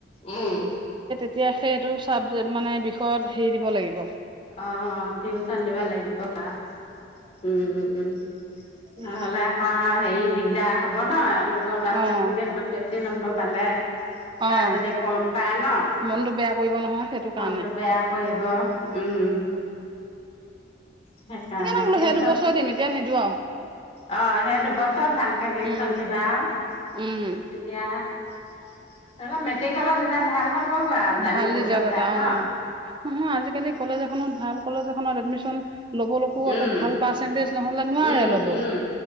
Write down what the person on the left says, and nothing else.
উম'।
অহ' টিউচন দিব লাগিব বা। উম', উম', উম'। নহলে
আকৌ হেৰি দিগদাৰ হব ন। লগৰ ল'ৰা-ছোৱালীখিনিয়ে
অকণমান বেছি নম্বৰ পালে। তাৰ
যদি গম পায় ন,
মনটো
বেয়া কৰিব। উম, সেইকাৰণতে
চ
অহ' সেই দুবছৰ ভালকে টিউচন
দিবা আৰু
তেতিয়াহে। এইবাৰ মেট্ৰিকলেত ৰিজাল্ট ভাল হ'ব গৈ
জানিবগৈ
তাই ন।
উম,
উম,
উম,